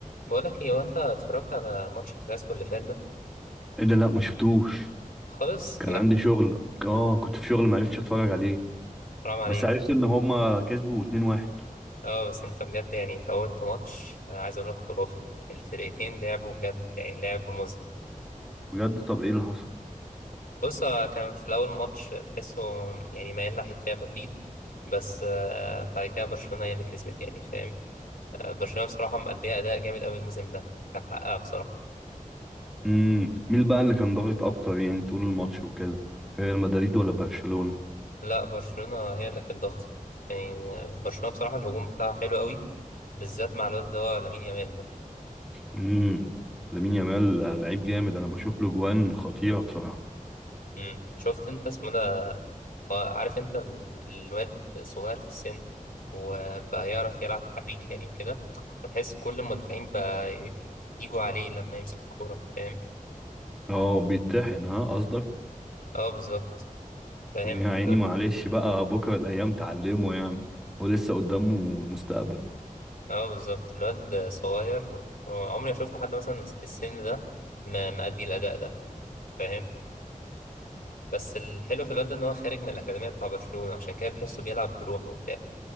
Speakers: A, on the left (about 80°); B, in the centre.
A: بقولك ايه هو انت اتفرجت على ماتش الكلاسيكو اللي فات ده
B: ايه ده لا ما شفتوش
A: خالص
B: كان
A: بجد
B: عندي شغل اه كنت في شغل ما عرفتش اتفرج عليه
A: حرام عليك
B: بس عرفت ان هما كسبوا 2-1
A: اه بس انت بجد يعني فوتت ماتش آه، عايز اقول لك خرافي الفرقتين لعبوا بجد يعني لعب مذهل
B: بجد طب ايه اللي حصل
A: بص هو كان في الاول ماتش تحسه يعني ميال ناحية ريال مدريد بس آه، بعد كده برشلونة هي اللي كسبت يعني فاهم آه، برشلونة بصراحة مأدية أداء جامد أوي الموسم ده كان حقها بصراحة
B: امم مين بقى اللي كان ضاغط اكتر يعني طول الماتش وكده ريال مدريد ولا برشلونة
A: لا برشلونة هي اللي كانت ضغط يعني آه، برشلونة بصراحة الهجوم بتاعها حلو أوي بالذات مع الواد اللي هو لامين يامال ده
B: امم لامين يامال لعيب جامد انا بشوف له جوان خطيرة بصراحة
A: مم. شفت انت اسمه ده آه، عارف انت ال- الواد صغير في السن وبقى يعرف يلعب حريف يعني وكده فتحس كل المدافعين بقى ي- يجوا عليه لما يمسك الكورة فاهم
B: اه بيتطحن ها قصدك
A: اه بالظبط فاهم
B: يا عيني
A: ف-
B: معلش بقى بكرة الايام تعلمه يعني ولسه قدامه مستقبل
A: اه بالظبط الواد صغير آه، عمري ما شفت حد مثلا بالسن ده م- مأدي الأداء ده فاهم بس الحلو في الواد ده ان هو خارج من الأكاديمية بتاع برشلونة عشان كده تحسه بيلعب بروحه وبتاع